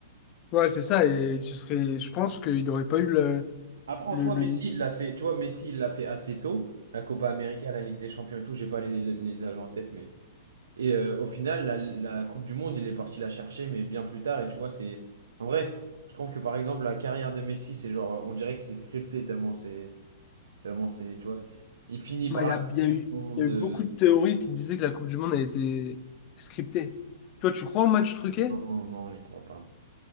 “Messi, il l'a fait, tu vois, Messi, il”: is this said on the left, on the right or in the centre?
Right